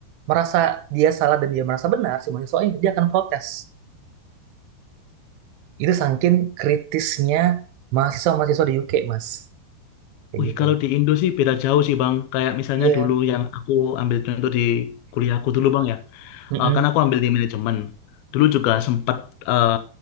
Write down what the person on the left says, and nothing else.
Wih,
kalau di Indo sih beda jauh sih Bang. Kayak misalnya
dulu yang aku ambil contoh di kuliahku dulu Bang ya
eh, kan aku ambil di manajemen. Dulu juga sempat eh,